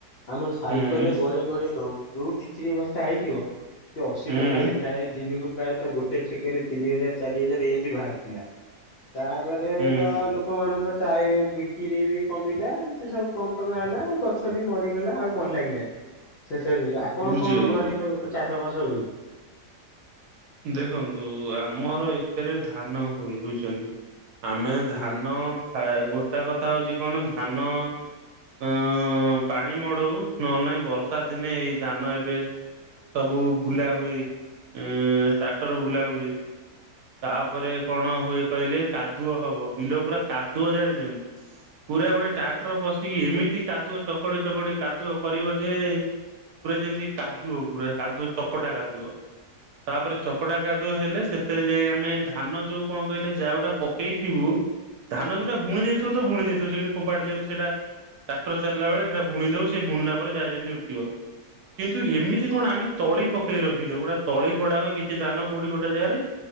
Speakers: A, on the left (about 70°); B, on the right (about 70°).
A: ଆମେ ସାଇକଲ୍
B: ହୁଁ
A: ରେ ଗଡେଇ ଗଡେଇ ନଉ ଯୋଉ ଦି ତିନି ବସ୍ତା ହେଇଯିବ ସେ ଅଶି
B: ହୁଁ
A: ଟଙ୍କା ଲେଖାଏ ଦିନକୁ ପ୍ରାୟତଃ ଗୋ ଗୋଟେ ଛେକେରେ ତିନି ହଜାର ଚାରି ହଜାର ଏମତି ବାହାରିଥିଲା ତାପରେ
B: ହୁଁ
A: ତ ଲୋ କମାନଙ୍କ ଚାହି ବିକ୍ରି ବି କମିଲା ସେ ସବୁ କମ ଟଙ୍କା ହେଲା ଗ ଛ ବି ମରିଗଲା ଆଉ ଭଲ ଲାଗିଲାନି ଶେଷରେ ଆପଣ
B: ବୁଝିଗଲି
A: କଣ ଘରେ
B: ବୁଝିଗଲି
A: ସବୁ ଚାଷ ବାସ ହୁଏ?
B: ଦେଖନ୍ତୁ ଆମର ଏକେରେ ଧାନ ହୁଏ ରୁଇଁଚନ୍ତି। ଆମେ ଧାନ
A: ହୁଁ
B: ଫା ଗୋଟା କଥା ହଉଚି କଣ ଧାନ ଅ ପାଣି ମଡଉ ନହେଲେ ନାଇଁ ବର୍ଷା ଦିନେ ଏଇ ଧାନ ଏବେ ସବୁ ବୁଲା ହୁଏ ଏଁ ଟ୍ରାକ୍ଟର ବୁଲା ହୁଏ। ତାପରେ କଣ ହୁଏ କହିଲେ କାଦୁଅ ହବ ବିଲ ପୁରା କାଦୁଅ ଜାଣିଚନ୍ତି? ପୁରା ଗୋଟେ ଟ୍ରାକ୍ଟର ପଶିକି ଏମିତି କାଦୁଅ ଚକଡି ଚକଡି କାଦୁଅ କରିବ ଯେ ପୁରା ଯେମତି କାଦୁଅ ପୁରା କାଦୁଅ ଚକଟା କାଦୁଅ ତାପରେ ଚକଟା କାଦୁଅ ହେଲେ ସେଥେରେ ଯାଇ ଆମେ ଧାନ ଯୋଉ କଣ କହିଲେ ଯାଉଟା ପକେଇଥିବୁ ଧାନ ଯୋଉଟା ବୁଣି ଦେଇଥବୁ ତ ବୁଣି ଦେଇଥବୁ ସେମତି ଫୋପାଡ଼ି ଦିଅନ୍ତି ସେଟା ଟ୍ରାକ୍ଟର ଚାଲିଲା ବେଳେ ସେଟା ବୁଣି ଦଉ ସେ ବୁଣିଲା ପରେ ଯାହା ଯେମତି ଉଠିବ। କିନ୍ତୁ ଏମିତି କଣ ଆମେ ତଳି ପକେଇ ରଖି ଦଉ ଗୁଟା ତଳି ପଡା ହୁଏ କି ଏ ଧାନ କୋଉଠି ଗୋଟେ ଜାଗାରେ।